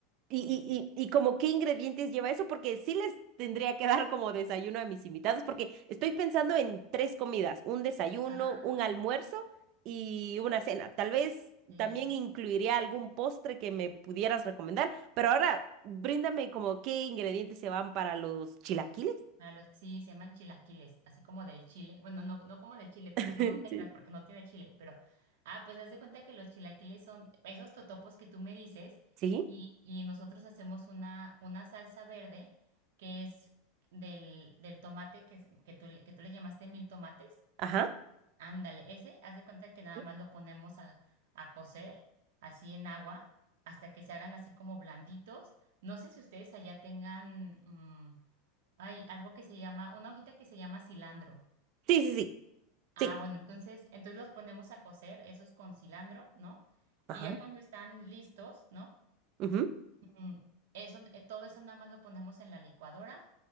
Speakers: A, on the right; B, on the right.
A: y,
B: sí.
A: y, y, y como qué ingredientes lleva eso, porque sí les tendría que dar como desayuno a mis invitados, porque estoy pensando en tres comidas, un desayuno,
B: Ah,
A: un almuerzo
B: ok.
A: y una cena. Tal vez
B: Sí.
A: también incluiría algún postre que me pudieras recomendar, pero ahora bríndame como qué ingredientes se van para los chilaquiles.
B: A los- sí, se llaman chilaquiles, así como del chile. Bueno, no, no como del chile, pero
A: <laughs>
B: no, no te
A: Sí.
B: creas porque no tiene chile, pero ah, pues haz de cuenta que los chilaquiles son esos totopos que tú me dices
A: ¿Sí?
B: y, y nosotros hacemos una, una salsa verde que es del, del tomate que, es- que tú, le- que tú le llamaste mil tomates.
A: Ajá.
B: Ándale, ese, haz de cuenta que nada
A: Sí,
B: más lo ponemos a, a cocer así en agua hasta que se hagan así como blanditos. No sé si ustedes allá tengan mm, hay algo que se llama, una hojita que se llama cilantro.
A: sí, sí. Sí.
B: Ah,
A: sí,
B: bueno, entonces, entonces los ponemos a cocer, esos con cilantro, ¿no?
A: Ajá.
B: Y ya cuando están listos, ¿no?
A: ujú,
B: Mm, Eso, eh, todo eso nada más lo ponemos en la licuadora